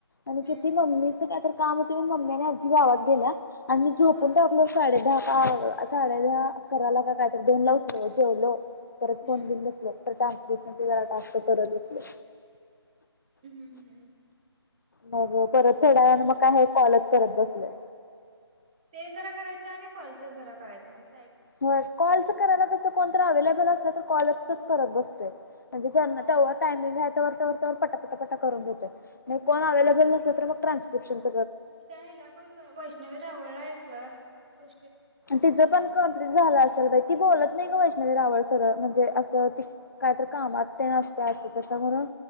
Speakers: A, on the left; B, on the right.
A: आणि
B: हम्म
A: किती मम्मीच काय तरी काम होतं म्हणून मम्मीन आजी गावात गेल्या आणि मी झोपून
B: हा
A: टाकलो साडे दहा साडेदहा अकराला का कायतर दोनला उठलो जेवलो परत
B: हम्म
A: फोन घेऊन बस परत टास्क कीती वेळा टास्क करत बसले?
B: हम्म हम्म
A: मग परत थोड्या वेळान मग का हे कॉलच करत बसलय
B: ते जरा करायचं आणि कॉलच जरा करायचं मस्
A: हो कॉलच करायला कस कोणत अव्लेबल असलं तर कॉलचच करत बसतोय म्हणजे जनां
B: हा
A: तेव्वा टामिंग आहेत तवरतवरतवर पटापटा करून घेतोय मग कोन अवेलेबल नसल तर ट्रासलेशच
B: त्या हला पण वैष्णवी रावळल ए कर सृ
A: तिचं पण कम्प्लीट झालं असेल ती बोलत नाही ग वैष्णवी रावळ सगळ म्हणजे अस काय तरी कामात नसते अस त म्हणून